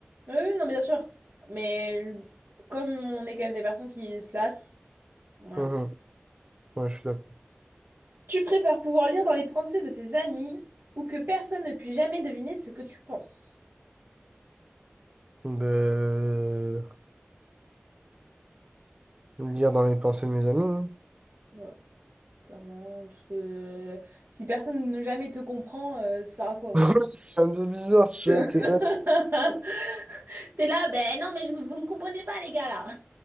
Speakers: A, on the right; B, on the right.
A: Oui, oui, non, bien sûr. Mais comme on est quand même des personnes qui se lassent, voilà.
B: Mhm. Ouais, je suis d'accord.
A: Tu préfères pouvoir lire dans les pensées de tes amis ou que personne ne puisse jamais deviner ce que tu penses?
B: Ben, Lire dans les pensées de mes amis. hein.
A: Ouais, clairement, parce que si personne ne jamais te comprend, euh, ça a quoi?
B: <laughs> C'est un peu bizarre, tu
A: quoi.
B: vois, t'es
A: <laughs>
B: in-
A: T'es là, ben non, mais je, me- vous me comprenez pas, les gars, là.